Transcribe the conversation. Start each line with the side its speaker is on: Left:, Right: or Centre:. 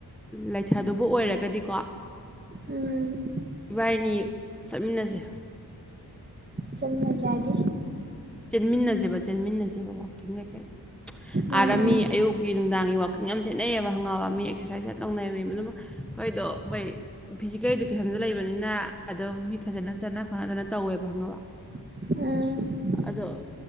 Centre: ꯂꯩꯊꯗꯨꯕ ꯑꯣꯏꯔꯒꯗꯤꯀꯣ
Right: ꯎꯝ
Centre: ꯏꯕꯥꯏꯅꯤ ꯆꯠꯃꯤꯟꯅꯁꯦ
Right: ꯆꯠꯅ ꯆꯥꯗ
Centre: ꯆꯦꯟꯃꯤꯟꯅꯁꯦꯕ ꯆꯦꯟꯃꯤꯟꯅꯁꯦꯕ ꯋꯥꯛꯀꯤꯡ ꯀꯩꯀꯩ
Right: ꯎꯝ
Centre: ꯑꯥꯔꯥꯃꯤ ꯑꯌꯨꯛꯀꯤ ꯅꯨꯡꯗꯥꯡꯒꯤ ꯋꯥꯀꯤꯡ ꯌꯥꯝꯅꯦꯠꯅꯩꯑꯕ ꯍꯪꯉꯥꯎꯕ ꯃꯤ ꯑꯦꯛꯁꯥꯏꯖ ꯌꯥꯝ ꯇꯧꯅꯩꯌꯦ ꯑꯗꯨꯝ ꯑꯩꯈꯣꯏꯗꯣ ꯩ ꯐꯤꯖꯤꯀꯦꯜ ꯏꯗꯨꯀꯦꯁꯟꯁꯨ ꯂꯩꯕꯅꯤꯅ ꯑꯗꯨꯝ ꯃꯤ ꯐꯖꯅ ꯆꯠꯅ ꯈꯣꯠꯅꯗꯅ ꯇꯧꯋꯦꯕ ꯈꯪꯉꯕ
Right: ꯎ
Centre: ꯑꯗꯣ